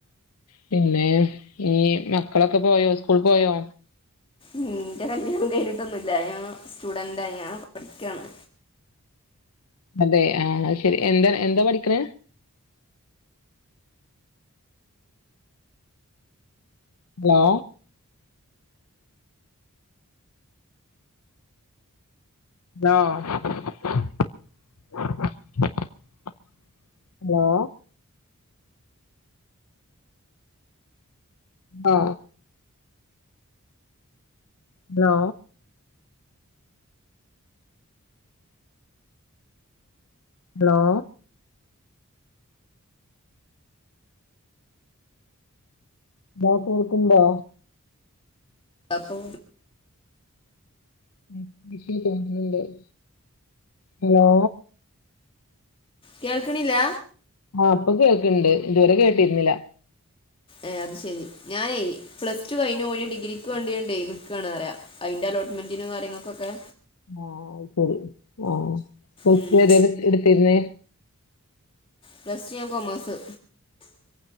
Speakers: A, on the left; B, on the left.
A: പിന്നെ ഈ മക്കളൊക്കെ പോയോ സ്കൂൾ പോയോ
B: ഉ ന്റെ കല്യാണം കഴിഞ്ഞിട്ടൊന്നുല്ല ഞൻ സ്റ്റുഡന്റ ഞാൻ പഠിക്കാണ്
A: അതെ ആ ശരി എന്താ എന്താ പഠിക്കണ ഹലോ ഹലോ ഹലോ ഓ ഹലോ? ഹലോ? ഹലോ കേൾക്കുണ്ടോ?
B: എന്താപ്പോ
A: <unintelligible> ഹലോ?
B: കേൾക്കണില്ല.
A: ആഹ പ്പൊ കേക്കണ്ട് ഇതുവരെ കേട്ടിരുന്നില്ല.
B: ഏ അത് ശരി ഞാനയ് പ്ലസ് ടു കഴിഞ്ഞു. ഇനി ഡിഗ്രിക്ക് വണ്ടിണ്ടേ നിക്കുകണ് അ പറയാ അയി ന്റെ അലോട്ട്മെന്റിനും കാര്യങ്ങൾക്കൊക്കെ.
A: ആഹ ശരി ആഹ കൊ
B: ഉം
A: എടുത്തിരുന്നേ
B: പ്ലസ് ടു കോമഴസ്.